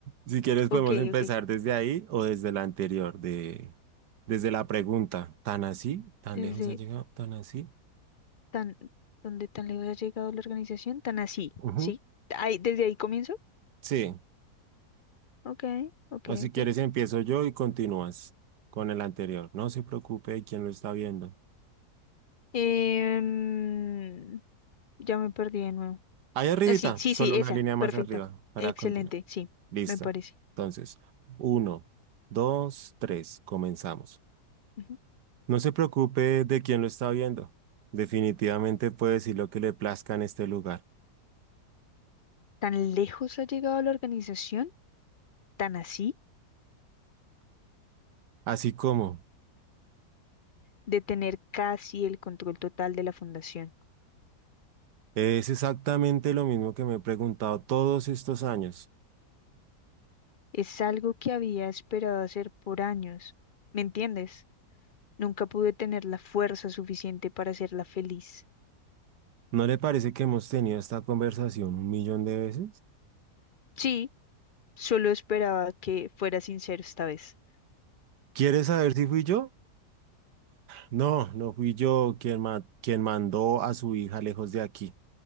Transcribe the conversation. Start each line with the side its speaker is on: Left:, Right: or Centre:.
Right: Si quieres podemos
Left: Ok,
Right: empezar
Left: ok.
Right: desde ahí o desde la anterior, de, desde la pregunta. ¿Tan así? ¿Tan
Left: Desde
Right: lejos ha llegado? ¿Tan así?
Left: tan... ¿Dónde tan lejos ha llegado la organización? Tan así,
Right: Ujú.
Left: ¿sí? Ahí, ¿desde ahí comienzo?
Right: Sí.
Left: Ok, ok,
Right: O si
Left: ok.
Right: quieres empiezo yo y continúas con el anterior. No se preocupe de quién lo está viendo.
Left: Em, ya me perdí de nuevo.
Right: Ahí arribita,
Left: Ah, sí, sí,
Right: solo
Left: sí,
Right: una
Left: esa.
Right: línea más
Left: Perfecto.
Right: arriba para
Left: Excelente,
Right: continuar.
Left: sí,
Right: Listo.
Left: me parece.
Right: Entonces, uno, dos, tres, comenzamos.
Left: Ujú.
Right: No se preocupe de quién lo está viendo. Definitivamente puede decir lo que le plazca en este lugar.
Left: ¿Tan lejos ha llegado la organización, tan así,
Right: Así como
Left: de tener casi el control total de la fundación?
Right: es exactamente lo mismo que me he preguntado todos estos años.
Left: Es algo que había esperado hacer por años. ¿Me entiendes? Nunca pude tener la fuerza suficiente para hacerla feliz.
Right: ¿No le parece que hemos tenido esta conversación un millón de veces?
Left: Sí, solo esperaba que fuera sincero esta vez.
Right: ¿Quiere saber si fui yo? No, no fui yo quien ma- quien mandó a su hija lejos de aquí.